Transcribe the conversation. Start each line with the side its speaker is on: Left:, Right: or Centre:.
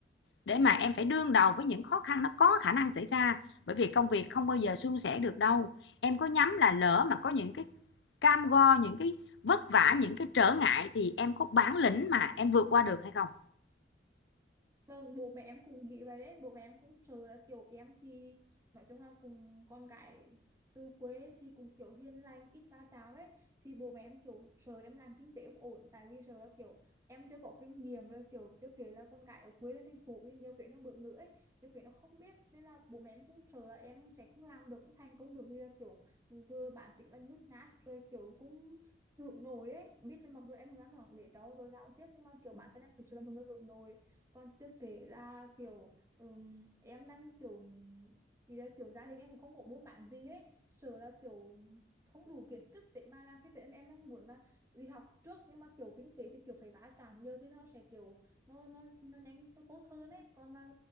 Left: để mà em phải đương đầu với những khó khăn nó có khả năng xảy ra bởi vì công việc không bao giờ suôn sẻ được đâu. Em có nhắm là lỡ mà có những cái cam go, những cái vất vả, những cái trở ngại thì em có bản lĩnh mà em vượt qua được hay không?
Right: Vâng, bố mẹ em cũng nghĩ vậy đấy, bố mẹ em cũng sợ là kiểu em thì nói chung là cùng con gái từ quê thì cũng kiểu hiền lành, ít va chạm ấy thì bố mẹ em kiểu sợ em làm kinh tế không ổn tại vì sợ là kiểu em chưa có kinh nghiệm rồi kiểu chưa kể là con gái ở quê lên thành phố thì nhiều cái nó bỡ ngỡ ấy, nhiều cái nó không biết nên là bố mẹ em cũng sợ là em sẽ không làm được, không thành công được vì là kiểu vừa bản tính là nhút nhát rồi kiểu cũng hướng nội ấy biết là mặc dù em đang để cháu rồi giao tiếp nhưng mà kiểu bản thân em thực sự là một người hướng nội còn chưa kể ra kiểu ừm, em đang kiểu thì là kiểu gia đình em cũng không có buôn bán gì ấy sợ là kiểu không đủ kiến thức để mà làm kinh tế nên em đang muốn là đi học trước nhưng mà kiểu kinh tế thì kiểu phải va chạm nhiều thì nó sẽ kiểu nó nó nó nhanh nó tốt hơn ấy còn là